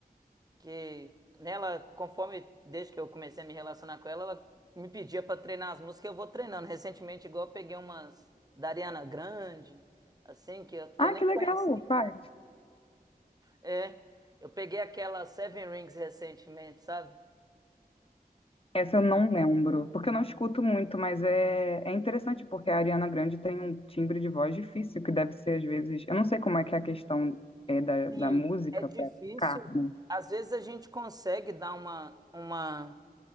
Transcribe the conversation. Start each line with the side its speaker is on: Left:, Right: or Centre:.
Right: que nela, conforme desde que eu comecei a me relacionar com ela, ela me pedia para treinar as músicas, eu vou treinando. Recentemente, igual eu peguei umas da Ariana Grande, assim, que eu, que
Left: Ah,
Right: eu nem
Left: que legal,
Right: conhecia.
Left: pai.
Right: É, eu peguei aquela Seven Rings recentemente, sabe?
Left: Essa eu não lembro, porque eu não escuto muito, mas é, é interessante porque a Ariana Grande tem um timbre de voz difícil, que deve ser às vezes. Eu não sei como é que é a questão é, da, da
Right: Sim,
Left: música
Right: é difícil.
Left: para ficar, né?
Right: Às vezes a gente consegue dar uma, uma